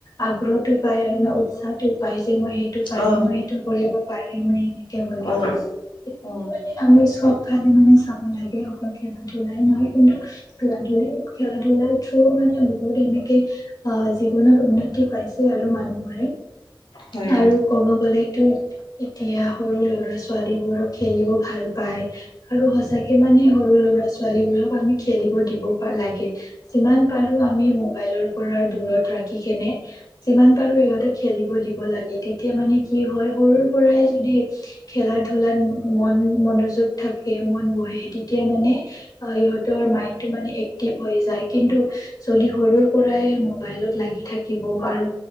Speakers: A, on the left; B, on the left.
A: আগ্ৰহটো পায় আৰু ন উৎসাহ পায়। মই সেইটো পাৰিম
B: অ
A: মই সেইটো কৰিব পাৰিমেই এনেকে বুলি।
B: অ
A: সেইকাৰণে
B: অ
A: মানে আমি চব ফালে মানে চাব লাগে অকল খেলা ধূলাই নহয়। কিন্তু <unintelligible> খেলা ধূলাটো মানে বহুত এনে কে অহ জীৱনত উন্নতি পাইছে আৰু মানুহবোৰে।
B: হয়
A: আৰু ক'ব গ'লে এতিয়া সৰু ল'ৰা ছোৱালীবোৰক খেলিব ভাল পায়। আৰু সঁচাকে মানে সৰু ল'ৰা ছোৱালীবোৰক আমি খেলিব দিব বা লাগে। যিমান পাৰো আমি মোবাইলৰ পৰা দূৰত ৰাখি কেনে যিমান পাৰো ইহঁতক খেলিব দিব লাগে। তেতিয়া মানে কি হয় সৰুৰ পৰাই যদি খেলা ধূলাত মন-মনো থাকে মন বহে। তেতিয়া মানে অ' ইহঁতৰ মাইণ্ডটো মানে এক্টিভ হৈ যায়। কিন্তু যদি সৰুৰ পৰাই মোবাইলত লাগি থাকিব আৰু